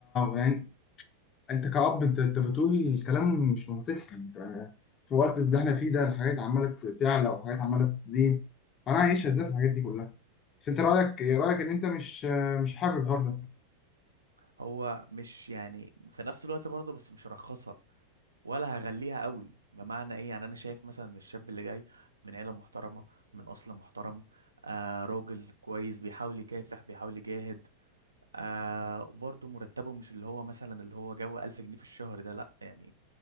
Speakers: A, on the left; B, on the right.
A: يعني انت كأب انت انت بتقول الكلام مش منطقي انت في الوقت اللي احنا فيه ده الحاجات عماله تعلى وحاجات عماله تزيد فانا عايش ازاي في الحاجات دي كلها بس انت رايك ايه رايك ان انت مش مش حابب الحوار ده
B: هو مش يعني في نفس الوقت برضه بس مش هرخصها ولا هغليها قوي بمعنى ايه يعني انا شايف مثلا إن الشاب اللي جاي من عيلة محترمة من أصل محترم آه راجل كويس بيحاول يكافح بيحاول يجاهد آه برضه مرتبه مش اللي هو مثلا اللي هو جو 1000 جنيه في الشهر ده لا يعني